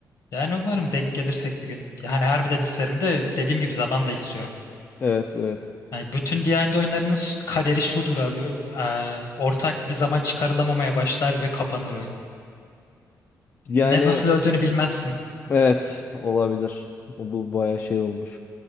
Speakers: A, on the left; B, on the left.
A: Yani umarım denk gelirsek bir gün. Yani harbiden isterim de dediğim gibi zaman da istiyor.
B: Evet evet.
A: Yani bütün D&D oyunlarının s- kaderi şudur abi. Ee, ortak bir zaman çıkarılamamaya başlar ve kapanır oyun.
B: Yani
A: Ne nasıl öldüğünü bilmezsin.
B: Evet olabilir. O bu bayağı şey olmuş.